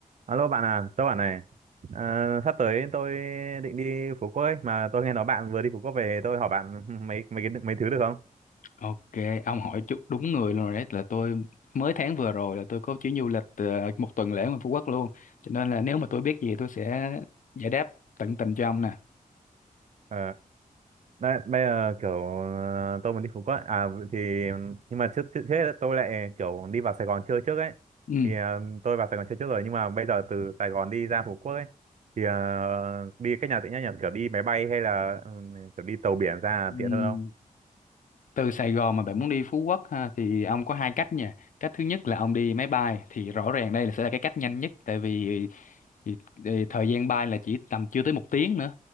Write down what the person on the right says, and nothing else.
Alo bạn à, tôi bảo này, ờ, sắp tới tôi định đi Phú Quốc ấy, mà tôi nghe nói bạn vừa đi Phú Quốc về, tôi hỏi bạn <laughs> mấy mấy cái mấy thứ được không?
Ờ, đấy, bây giờ kiểu ờ, tôi muốn đi Phú Quốc, ấy. à thì nhưng mà trước trước hết ấy, tôi lại kiểu đi vào Sài Gòn chơi trước ấy,
thì ờ, tôi vào Sài Gòn chơi trước rồi nhưng mà bây giờ từ Sài Gòn đi ra Phú Quốc ấy, thì ờ, đi cách nào tiện nhất nhỉ? Kiểu đi máy bay hay là ừ, kiểu đi tàu biển ra là
tiện hơn không?